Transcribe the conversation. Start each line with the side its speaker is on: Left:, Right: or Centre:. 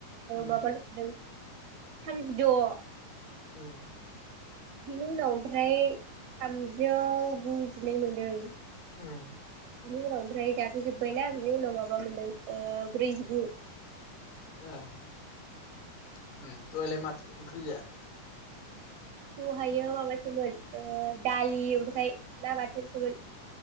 Left: उम
Right: माब ल हरदों थामजिद'
Left: ओम।
Right: बेनि उनाव ओमफ्राय थामजौ गुजिनै मोनदों।
Left: ओम।
Right: बिनि उनाव ओमफ्राय दाथ' जोब्बायना बिनि उनाव माबा मोनदों ब्रैजिगु।
Left: ए दहायलाय माथ ओंख्रिजाया?
Right: दहायो माबासोमोन दालि ओमफ्राय ना बाथोनसोमोन।